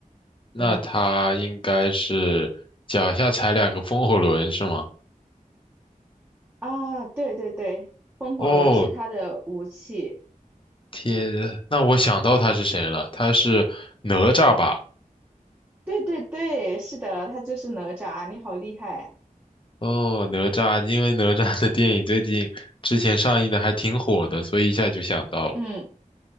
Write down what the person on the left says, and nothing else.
那他应该是脚下踩两个风火轮是吗？
哦，天，那我想到他是谁了，他是哪吒吧？
哦，哪吒，因为哪吒的电影最近之前上映的还挺火的，所以一下就想到了。